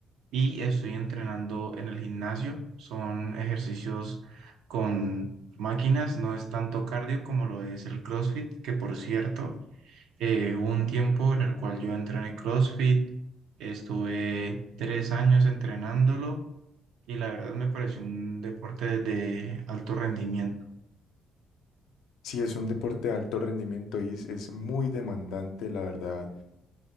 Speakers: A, on the right (about 85°); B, on the left (about 85°).
A: y estoy entrenando en el gimnasio. Son ejercicios con máquinas, no es tanto cardio como lo es el CrossFit, que por cierto, eh, hubo un tiempo en el cual yo entrené CrossFit, estuve tres años entrenándolo y la verdad me pareció un deporte de alto rendimiento.
B: Sí, es un deporte de alto rendimiento y es, es muy demandante, la verdad.